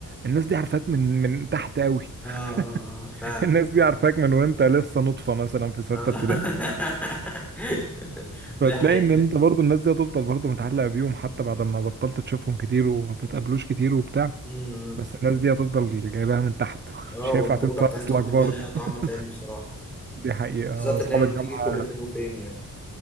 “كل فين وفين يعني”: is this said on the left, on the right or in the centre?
Centre